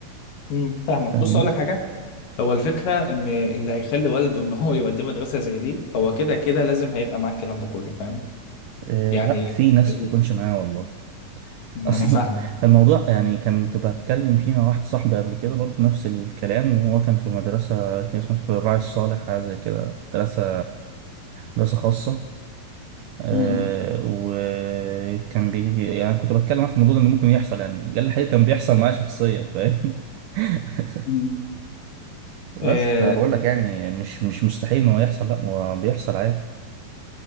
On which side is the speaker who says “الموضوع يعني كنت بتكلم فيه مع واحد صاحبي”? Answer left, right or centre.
Right